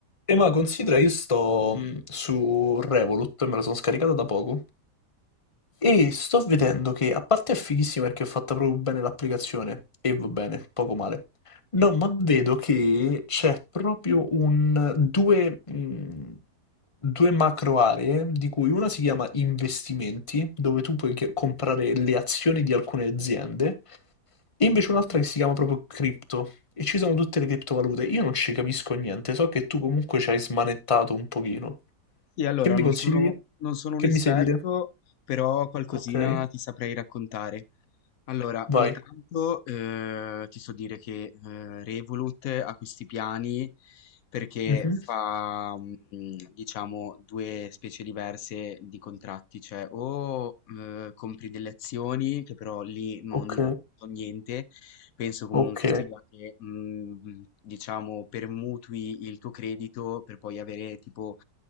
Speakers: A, on the left (about 30°); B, on the left (about 65°).
A: E ma considera, io sto mh, su Revolut, me la sono scaricata da poco, e sto vedendo che, a parte è fighissima perché è fatta proprio bene l'applicazione, e va bene, poco male. No, ma vedo che c'è proprio un... due, mh, due macro aree, di cui una si chiama investimenti, dove tu puoi che- comprare le azioni di alcune aziende, e invece un'altra che si chiama proprio cripto e ci sono tutte le criptovalute. Io non ci capisco niente, so che tu comunque ci hai smanettato un pochino.
B: Sì, allora
A: Che mi
B: non
A: consigli?
B: sono non sono
A: Che
B: un esperto,
A: mi sai dire?
B: però qualcosina
A: Ok,
B: ti saprei raccontare. Allora,
A: vai.
B: intanto eh, ti so dire che eh, Revolut ha questi piani perché
A: Mhm.
B: fa, mm, diciamo, due specie diverse di contratti, cioè o eh, compri delle azioni, che però lì non
A: Ok,
B: so niente, penso comunque
A: ok,
B: sia che, mm, mm, diciamo, permutui il tuo credito per poi avere tipo